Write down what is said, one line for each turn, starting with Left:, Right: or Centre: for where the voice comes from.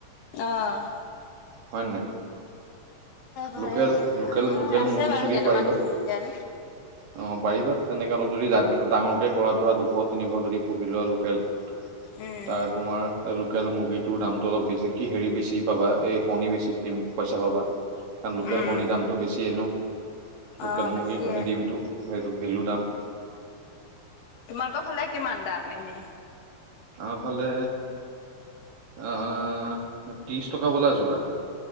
Left: অহ',
Right: হয় নে নাই।
Left: পাৰে
Right: লোকেল লোকেল-
Left: আমাৰ
Right: লোকেল
Left: আছে
Right: মুৰ্গী
Left: বাৰু
Right: চোৰ্গী
Left: কেইটামান
Right: পাৰিবা।
Left: লোকেল
Right: অহ, পাৰিবা তেনেকে অলপ যদি যাত ডাঙৰকে কৰাটোহে দুশ, তিনি যদি পুহি লোৱা লোকেল
Left: উম।
Right: তাৰ তোমাৰ লোকেল মুৰ্গীটোৰ দামটো অলপ বেছি কি হেৰি বেছি পাবা এই কণী বেছি দিম পইচা পাবা। কাৰণ লোকেল
Left: উম
Right: কণীৰ দামটো বেছিয়ে ন' লোকেল
Left: অ বেছিয়ে
Right: মুৰ্গীৰ দিমটো সেইটো ভেলু দাম।
Left: তোমালোকৰ ফালে কিমান দাম এনে?
Right: আমাৰফালে আহ, ত্ৰিছ টকা বোলা যোৰা।